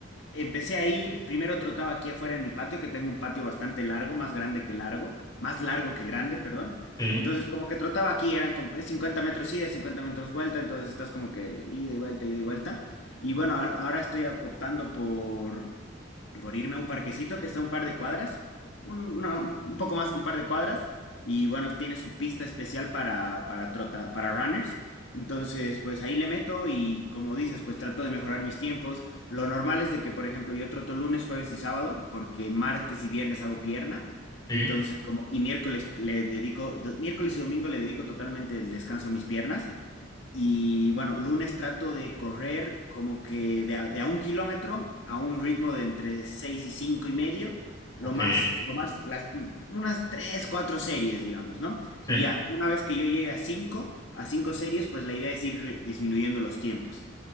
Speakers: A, on the left; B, on the left.
A: empecé a ir, primero trotaba aquí afuera en mi patio, que tengo un patio bastante largo, más grande que largo, más largo que grande, perdón.
B: sí,
A: Entonces, como que trotaba aquí, eran como es 50 metros ida, 50 metros vuelta, entonces estás como que ida y vuelta, ida y vuelta. Y bueno, al- ahora estoy a- optando por, por irme a un parquecito que está a un par de cuadras, un, no, un poco más que un par de cuadras, y bueno, tiene su pista especial para, para, trota, para runners. Entonces, pues ahí le meto y como dices, pues trato de mejorar mis tiempos. Lo normal es de que, por ejemplo, yo troto lunes, jueves y sábado, porque martes y viernes hago pierna.
B: sí,
A: Entonces, como, y miércoles le dedico, do- miércoles y domingo le dedico totalmente el descanso a mis piernas. Y bueno, lunes trato de correr como que de a, de a un kilómetro a un ritmo de entre 6 y cinco y medio. Lo
B: ok,
A: más, lo más, las, unas tres, cuatro series, digamos, ¿no?
B: sí,
A: Y ya, una vez que yo llegue a cinco, a cinco series, pues la idea es ir re- disminuyendo los tiempos.